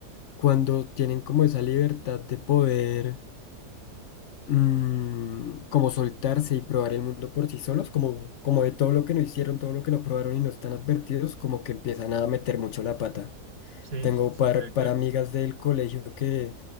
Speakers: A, on the left; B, on the right.
A: cuando tienen como esa libertad de poder. mm, como soltarse y probar el mundo por sí solos, como, como de todo lo que no hicieron, todo lo que no probaron y no están advertidos, como que empiezan a meter mucho la pata.
B: Sí,
A: Tengo
B: <laughs> sí,
A: par,
B: tal
A: par
B: cual.
A: amigas del colegio que